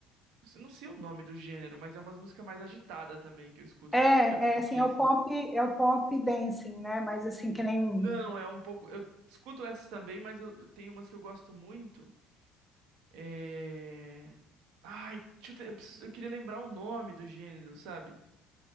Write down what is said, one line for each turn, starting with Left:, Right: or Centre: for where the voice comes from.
Right: Não sei o nome do gênero, mas é umas músicas mais agitada também que eu escuto
Centre: É,
Right: de de academia,
Centre: é assim, é
Right: assim.
Centre: o pop, é o pop dancing, né? Mas assim, que nem.
Right: Não, é um pouco. Eu escuto essas também, mas eu, eu tenho umas que eu gosto muito. É. Ai, deixa eu, te- eu preciso- eu queria lembrar o nome do gênero, sabe?